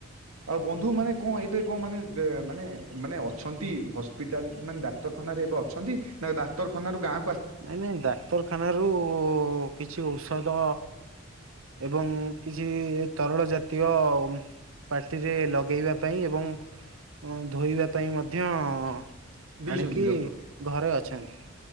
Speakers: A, on the right; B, on the right.
A: ଆଉ ବନ୍ଧୁ ମାନେ କଣ ଏବେ କଣ ମାନେ ମାନେ ମାନେ ଅଛନ୍ତି ହସ୍ପିଟାଲ ମାନେ ଡାକ୍ତରଖାନାରେ ଏବେ ଅଛନ୍ତି ନା ଡାକ୍ତରଖାନାରୁୁ ଗାଁ
B: ନାଇଁ ନାଇଁ ଡାକ୍ତରଖାନାରୁୁ କିଛି ଔଷଧ ଏବଂ କିଛି ତରଳ ଜାତୀୟ ପାଟିରେ ଲଗେଇବା ପାଇଁ ଏବଂ ଧୋଇବା ପାଇଁ ମଧ୍ୟ ଆଣିକି
A: ଦେଇଛନ୍ତି ଡକ୍ଟର?
B: ଘରେ ଅଛନ୍ତି।